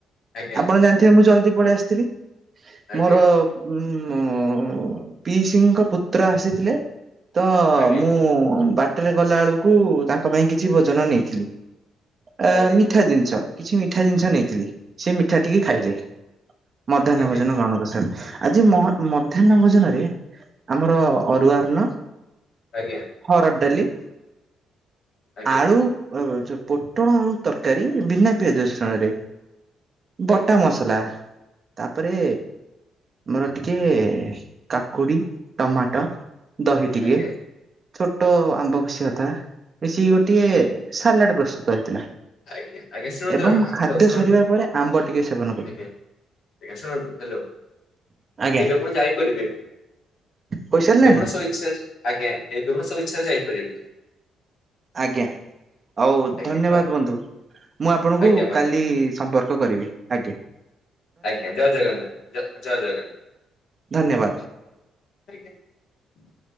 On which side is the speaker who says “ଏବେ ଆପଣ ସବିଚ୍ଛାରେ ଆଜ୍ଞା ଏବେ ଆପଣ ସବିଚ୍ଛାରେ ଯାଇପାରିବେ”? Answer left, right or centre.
Left